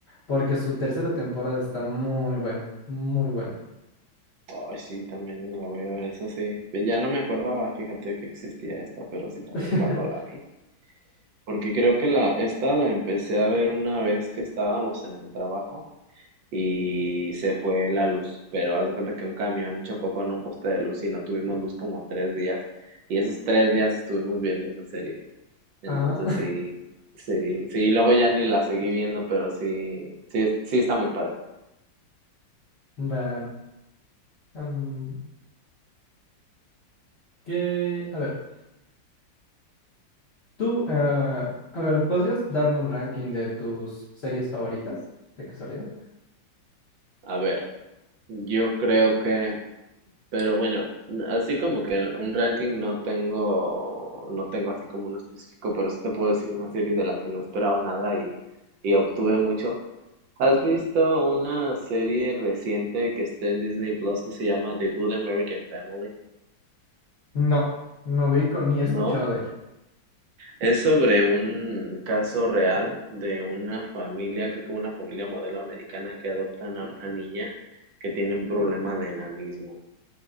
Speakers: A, on the left (about 45°); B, on the right (about 75°).
A: porque su tercera temporada está muy buena, muy buena.
B: Ay, sí, también la voy a ver, eso sí. Ve, Ya no me acordaba, fíjate que existía esta, pero sí también
A: <laughs>
B: cuando la vi. Porque creo que la, esta la empecé a ver una vez que estábamos en el trabajo y se fue la luz. Pero haz de cuenta que un camión chocó con un poste de luz y no tuvimos luz como tres días. Y esos tres días estuvimos viendo esa serie. Entonces
A: Ah,
B: sí, sí, sí, luego ya ni la seguí viendo, pero sí, sí, sí está muy padre.
A: <laughs> va. mm, Que, a ver, tú, eh, a ver, ¿podrías darme un ranking de tus series favoritas, de casualidad?
B: A ver, yo creo que Pero bueno, así como que un ranking no tengo, no tengo así como uno específico, pero sí te puedo decir una serie de la que no esperaba nada y, y obtuve mucho. ¿Has visto una serie reciente que está en Disney Plus que se llama The Good American Family?
A: No, no ubico ni he escuchado
B: No,
A: de ella.
B: es sobre un caso real de una familia que es como una familia modelo americana que adoptan a una niña que tiene un problema de enanismo.